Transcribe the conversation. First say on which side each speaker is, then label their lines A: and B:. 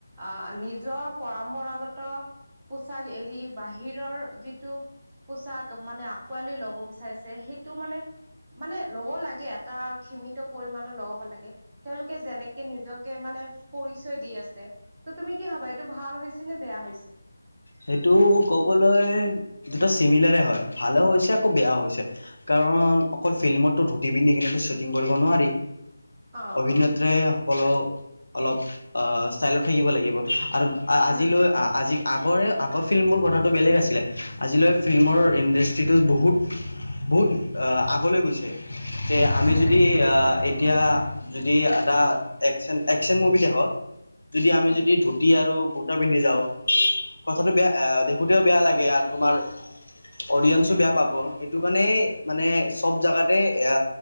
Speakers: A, on the right; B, on the left.
A: আহ নিজৰ। পৰম্পৰাগত পোচাক এৰি বাহিৰৰ যিটো পোচাক মানে আঁকোৱালি ল'ব বিচাৰিছে সেইটো মানে মানে লব লাগে এটা সীমিত পৰিমানৰ লব লাগে তেওঁলোকে যেনেকে নিজকে। <unintelligible> মানে পৰিচয় দি আছে ত তুমি কি হবা এইটো ভাল হৈছে নে বেয়া হৈছে।
B: সেইটো কবলৈ দুটা চিমিলাৰে হয় ভালে হৈছে আকৌ বেয়াও হৈছে কাৰণ। <unintelligible> কাৰণ অকল ফিল্মতো ধুতি পিন্ধি কিনে শ্বুটিং কৰিব নোৱাৰি
A: অ
B: অভিনেত্ৰাই।
A: অ
B: <unintelligible> কলেও অলপ ষ্টাইলত থাকিব লাগিব আৰু আজিলৈ
A: উম
B: আজি। আগৰে আগৰ ফিল্মবোৰ কথাটো বেলেগ আছিলে আজিলৈ ফিল্মৰ ইণ্ডাষ্ট্ৰিটো বহুত। <unintelligible> বহুত আগলৈ গৈছে যে আমি
A: উম
B: যদি। এতিয়া যদি এটা একচন একচন মুভি দেখক। <unintelligible> যদি আমি
A: উম
B: যদি ধুতি আৰু কুুৰ্তা পিন্ধি যাওঁ, কথাটো বেয়া আহ দেখোতেও বেয়া লাগে আৰু তোমাৰ। <unintelligible> অডিয়েন্ঞ্চো বেয়া পাব সেইটো কাৰণেই মানে চব জোগাতে এ